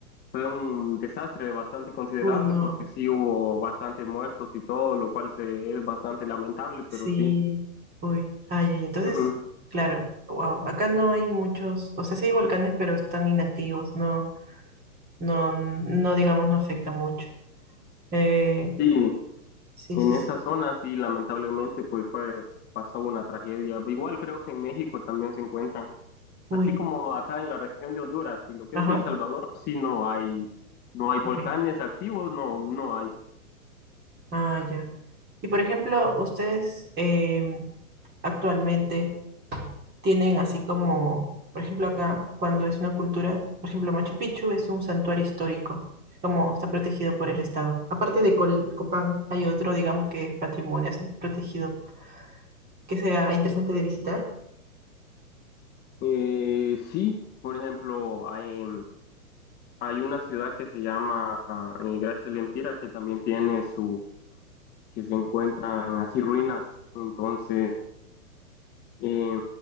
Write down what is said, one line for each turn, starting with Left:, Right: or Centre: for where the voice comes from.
Left: fue un desastre bastante considerable
Right: Uy, no,
Left: porque sí hubo bastantes muertos y todo, lo cual se, es bastante lamentable, pero
Right: sí,
Left: sí.
Right: uy, ay, ay, entonces,
Left: Ujú.
Right: claro, wow, acá no hay muchos, o sea, sí hay volcanes, pero están inactivos, no, no, no, digamos, no afecta mucho. Eh,
Left: Y
Right: sí,
Left: En
Right: sí,
Left: esa
Right: sí,
Left: zona, sí, lamentablemente, pues fue, pasó una tragedia. Igual creo que en México también se encuentran,
Right: uy,
Left: así como acá en la región de Honduras y lo que
Right: ajá,
Left: es El Salvador, sí no hay, no hay volcanes
Right: ok,
Left: activos, no, no hay.
Right: ah, ya. Y por ejemplo, ustedes em, actualmente... tienen así como, por ejemplo, acá, cuando es una cultura, por ejemplo, Machu Picchu es un santuario histórico, es como está protegido por el Estado. Aparte de Col- Copán, hay otro, digamos, que es patrimonio así, protegido, que sea interesante de visitar,
Left: Eh, sí, por ejemplo, hay, hay una ciudad que se llama ah, eh, Gracias Lempira que también tiene su, que se encuentran así ruinas, entonces eh,